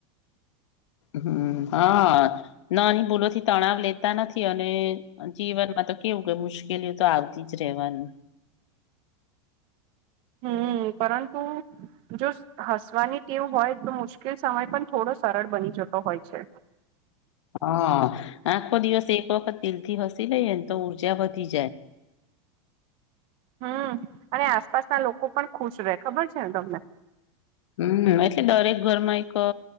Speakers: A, on the left; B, on the right.
A: હમ હા ના ભૂલોથી તણાવ લેતા નથી અને જીવન માં તો કેવું મુશ્કેલીઓ તો આવતી જ રહેવાની
B: હમ પરંતુ જો હસવાની ટેવ હોય તો મુશ્કેલ સમય પણ થોડો સરળ બની જતો હોય છે
A: હ આખો દિવસ એક વખત દિલ થી હસી લઈએ ને તો ઊર્જા વધી જાય
B: હમ અને આસપાસના લોકો પણ ખુશ રહે ખબર છે ને તમને
A: હમ એટલે દરેક ઘરમાં એક